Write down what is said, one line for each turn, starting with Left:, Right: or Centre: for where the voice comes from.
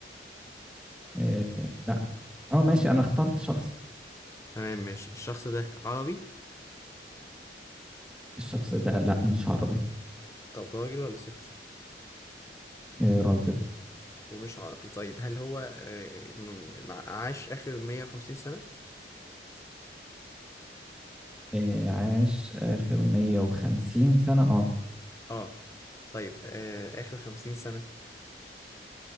Centre: إيه لا أه ماشي أنا اخترت شخص
Left: تمام ماشي الشخص ده عربي
Centre: الشخص ده لا مش عربي
Left: طب راجل ولا ست
Centre: إيه راجل
Left: ومش عربي طيب هل هو آه، م- م- عاش اخر 150 سنة
Centre: إيه عاش آخر 150 سنة أه
Left: اه طيب آه، اخر 50 سنة